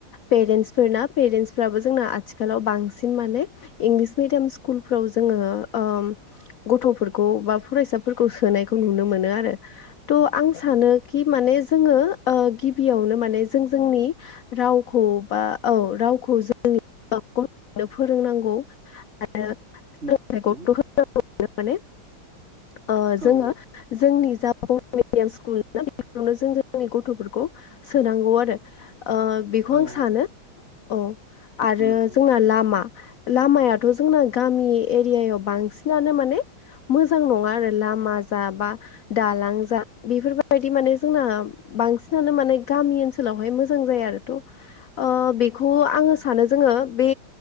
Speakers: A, on the left; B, on the right.
A: पेरेन्टसफोर ना पेरेन्टस फोराबो जोंना आथिखालाव बांसिन माने इंलिस मिडियाम स्कुलफ्राव जोङो ओ गथ'फोरखौ बा फरायसाफोरखौ सोनायखौ नुनो मोनो आरो थ' आं सानो कि माने जोङो ओ गिबियावनो माने जों जोंनि रावखौ बा औ रावखौ जों <inaudible> नो फोरोंनांगौ। आरो
B: नोंगौ।
A: सोलोंथाइखौ गुरुत्व <unintelligible> ओ जोङो
B: औ
A: जोंनि जा बर' मिडियाम स्कुल <inaudible> जों जोंनि गथ'फोरखौ सोनांगौ आरो। ओ बेखौ
B: औ
A: आं सानो औ। आरो
B: नंगौ नंगौ
A: जोंना लामा लामायाथ' जोंना गामि एरियायाव बांसिनानो माने मोजां नङा आरो लामा जा बा दांलां जा बेफोरबायदि माने जोंना बांसिनानो माने गामि ओनसोलावहाय मोजां जाया आरोथ' ओ बेखौ आंङो सानो जोङो बे